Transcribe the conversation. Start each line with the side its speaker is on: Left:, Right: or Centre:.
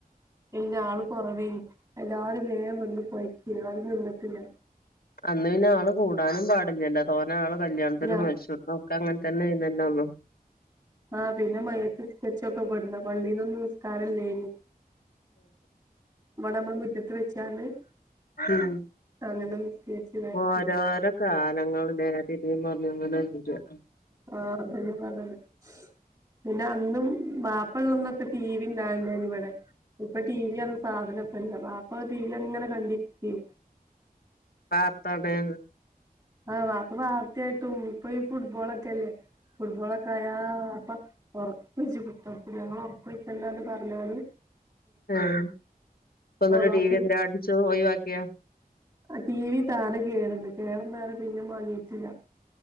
Right: ഇല്ലാ ആള് കൊറവേനു എല്ലാരും വേഗം വന്നും പോയ്ക്ക ആരും നിന്നിട്ടില്ല.
Left: അന്ന് പിന്നെ ആള് കൂടാനും പാടില്ലല്ല തോനെ ആള് കല്യാണത്തിനും
Right: ഞാ
Left: വിളിച്ച് നക്ക് അങ്ങനെ തന്നെ ഇരുന്നല്ലോന്ന്
Right: ആഹ് പിന്നെ മയ്യത്ത് നിസ്കരിച്ചതൊക്കെ ഇവടുന്ന പള്ളിന്നൊന്നും നിസ്കാരല്ലേന്. ഇവടെ നമളെ മുറ്റത്ത് വെച്ചാണ്
Left: ഉം
Right: അങ്ങനെ നിസ്കരിച്ച് ഇതാക്കിയേനി
Left: ഓരോരോ കാലങ്ങള് തിരിഞ്ഞും മറിഞ്ഞും ഇഞ്ഞങ്ങനെ
Right: ആഹ് അതന്നെ പറഞ്ഞെത് പിന്നെ അന്നും മാപ്പള്ളന്നൊക്കെ ടി വി ഇണ്ടായിനി ഇവിടെ ഇപ്പൊ ടി വിയാണ് സാധനം ഇപ്പ ഇല്ല അപ്പൊ ടി വി അങ്ങനെ കണ്ടിരിക്കും
Left: <unintelligible>
Right: ആഹ് വാപ്പ വാർത്തിയായിട്ടും ഇപ്പൊ ഫുട്ബോളൊക്കെല്ലേ ഫുട്ബോളൊക്കെ ആയാ അപ്പം ഒറക്കെ വച്ച് <unintelligible> ഞങ്ങൾ ഒറെക്കെ വെക്കണ്ടന്ന് പറഞ്ഞാല്
Left: ആഹ് ഇപ്പോ ഒന്നുടെ
Right: ആഹ് വാപ്പി
Left: ടി വി എല്ലാം അടിച്ചോ ഒയ്വാക്കിയോ
Right: ടി വി താനെ കേടുണ്ട് കേടുണ്ടെയെ പിന്നെ മാങ്ങിയിട്ടില്ല